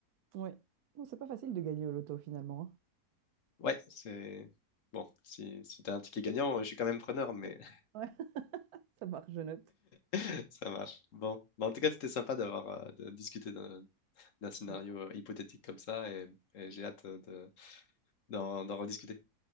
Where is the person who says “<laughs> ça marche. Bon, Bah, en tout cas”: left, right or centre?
Left